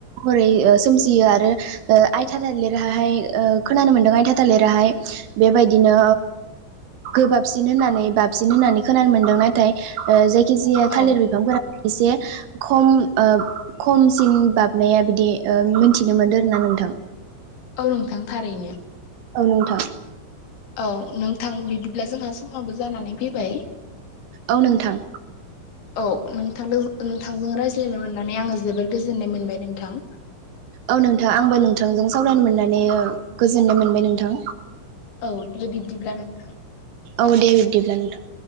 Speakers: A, on the right; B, on the left.
A: हरै ओ सोमजियो आरो ओ आयथा थालिरहाहाय खोनानो मोनदों आयथा थालिराहाय बेबायदिनो गोबाबसिन होननानै बाबसिन होननानै खोनानो मोनदों नाथाय जायखिजाया
B: औ
A: थालिर बिफांफोरा एसे खम ओ खमसिन बाबनाया बिदि ओ मिथिनो मोनदों आरोना नों थां
B: औ नोंथां थारैनो।
A: औ नोंथां।
B: औ नोंथां बिदिब्ला जोंहा समाबो जानानै फैबाय।
A: औ नोंथां
B: <inaudible> औ नोंथांदों नोंथांजों रायज्लायनो मोननानै आङो जोबोर गोजोननाय मोनबाय नोंथां।
A: औ नोंथां आंबो नोंथांजों सावरायनो मोननानै ओ गोजोननाय मोनबाय नोंथां।
B: औ दे बिब्दिब्ला नोंथां।
A: औ दे बिब्दिब्ला नोंथां